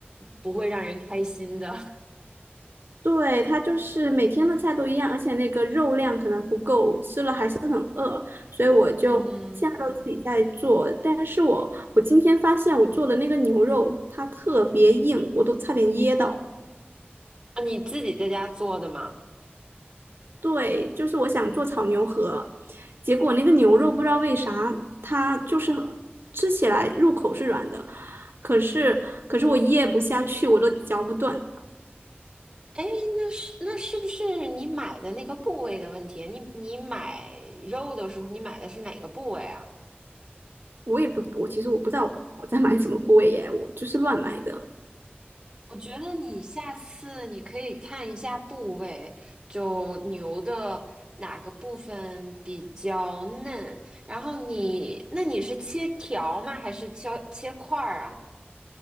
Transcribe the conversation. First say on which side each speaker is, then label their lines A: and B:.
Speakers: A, on the right; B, on the right.
A: 不会让人开心的。<laughs>
B: 对，它就是每天的菜都一样，而且那个肉量可能不够，我吃了还是很饿，所以我就现在都自己在做。
A: 嗯，
B: 但是我我今天发现我做的那个牛肉它特别硬，我都差点噎到。
A: 你自己在家做的吗？
B: 对，就是我想做炒牛河，结果那个牛肉不知道为啥它就是吃起来入口是软的，可是可是我噎不下去，我都嚼不断。
A: 哎，那是那是不是你买的那个部位的问题？你你买肉的时候，你买的是哪个部位啊？
B: 我也不，我其实我不知道我在买什么部位耶，我就是乱买的。
A: 我觉得你下次你可以看一下部位，就牛的哪个部分比较嫩。然后你，那你是切条吗？还是切切块儿啊？